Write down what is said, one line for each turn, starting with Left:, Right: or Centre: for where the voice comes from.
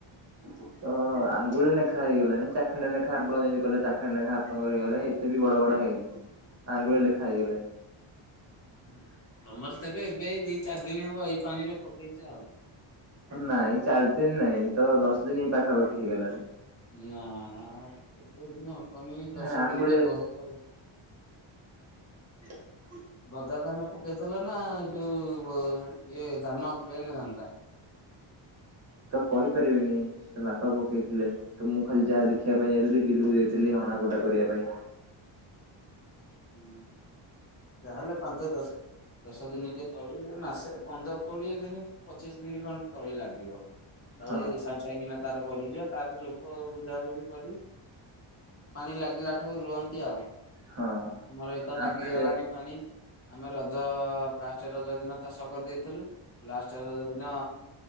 Right: <inaudible> ତ ଆଙ୍ଗୁଳି ଲେଖାଏ ହେଇଗଲାଣି ଚାଖେଣ୍ଡେ ଲେଖା ଆପଣ ଯେମତି କହିଲେ ଚାଖେଣ୍ଡେ ଲେଖା ଆପଣଙ୍କର ହେଇଗଲାଣି ଏତେ ବି ବଡ ବଡ ହେଇନି। ଆଙ୍ଗୁଳେ ଲେଖା ହେଇଗଲାଣି।
Left: ଉଁ ତମର ତେବେ ଏବେ ଏଇ ଦି ଚାରି ଦିନ ହବ ଏଇ ପାଣିରେ ପକେଇଚ ଆଉ।
Right: ନାଇଁ ଚାରି ଦିନ ନାଇଁ ତ ଦଶ ଦିନ ପାଖାପାଖି ହେଇଗଲାଣି।
Left: ନା ଏତେ ଦିନ ହବନି
Right: ହଁ
Left: ଦଶ
Right: ଆଙ୍ଗୁଳି
Left: ଦିନ କେ ବହେ ତଳି
Right: <inaudible>
Left: ଗଜା ଧାନ ପକେଇଥେଲନା ଯୋଉ ବ ଇଏ ଧାନ ପ୍ଲେନ ଧାନଟା।
Right: ତ କହିପାରିବିନି ସେ ତ ବାପା ପକେଇଥିଲେ। ତ ମୁଁ ଖାଲି ଯାହା ଦେଖିବା ପାଇଁ ଯାଇଥିଲି ବିଲକୁ ଯାଇଥିଲି ହଣା ଗୋଟା କରିବା ପାଇଁ।
Left: ଉଁ ହୁଁ ଯାହେଲେ ପାଞ୍ଚ ଦଶ ଦଶ ଦିନିକେ ତଳି ମାସେ ପନ୍ଦର କୋଡିଏ ଦିନ ପଚିଶ ଦିନ ଖଣ୍ଡେ ତଳି ଲାଗିବ। ତଳି
Right: ହଁ
Left: ସାଙ୍ଗସାଙ୍ଗେ କିନା ତାର ବଢିଯିବ ତାର ଲୋକ ବୁଝାବୁଝି କରି ପାଣି ଲାଗିଲାଠୁ ରୁଅନ୍ତି ଆଉ
Right: ହଁ।
Left: ଆମର ଏତ ଲାଗିଗଲାଣି
Right: ତାପରେ
Left: ପାଣି ଆମେ ରଜ ଫାଷ୍ଟେ ରଜ ଦିନ ଚାଷ କରିଦେଇଥିଲୁ ଲାଷ୍ଟ ରଜ ଦି ନ